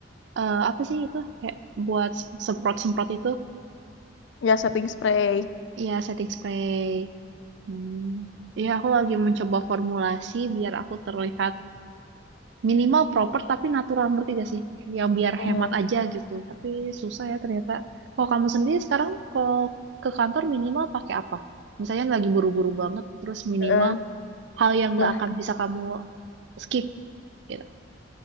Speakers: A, on the right; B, on the left.
A: eh, apa sih itu? Kayak buat semprot-semprot itu.
B: ya setting spray.
A: Iya, setting spray. Hmm. Iya, aku lagi mencoba formulasi biar aku terlihat minimal proper tapi natural, ngerti gak sih? Yang biar
B: Hmm.
A: hemat aja gitu. Tapi susah ya ternyata. Kalau kamu sendiri sekarang kalau ke kantor minimal pakai apa? Misalnya lagi buru-buru banget, terus minimal
B: heeh.
A: hal yang
B: Nah,
A: gak akan bisa kamu skip gitu.